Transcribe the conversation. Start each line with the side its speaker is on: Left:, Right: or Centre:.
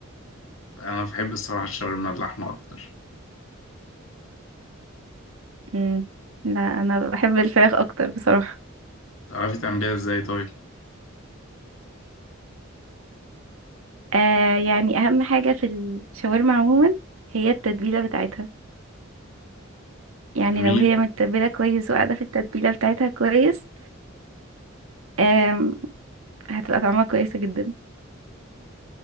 Left: أنا بحب الصراحة الشاورما اللحمة أكتر
Right: مم. لا أنا بحب الفراخ أكتر بصراحة
Left: بتعرفي تعمليها ازاي طيب؟
Right: آه يعني أهم حاجة في الشاورما عموما هي التتبيلة بتاعتها يعني
Left: جميل
Right: لو هي متبلة كويس وقاعدة في التتبيلة بتاعتها كويس آم، هتبقى طعمها كويسة جدا